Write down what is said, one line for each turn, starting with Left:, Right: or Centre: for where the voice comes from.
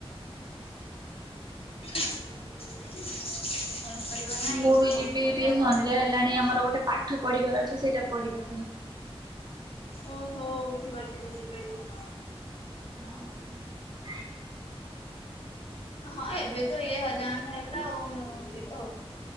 Left: ପନିପରିବା ନାଇଁ
Right: ମୁଁ ବି
Left: ପନିପରିବା
Right: ଯିବି ଟିକେ ସଞ୍ଜ
Left: ଘରେ।
Right: ହେଲାଣି ଆମର ଗୋଟେ ପାଠ ପଢିବାର ଅଛି ସେଇଟା ପଢିବା ପାଇଁ।
Left: ଓହୋ ବୁଝିପାରୁଛି ବୁଝିପାଇଲି।
Right: ହଁ।
Left: ହଁ ଏବେ ତ ଏ ହଜାନ ହେଲା ଆଉ ଯିବ।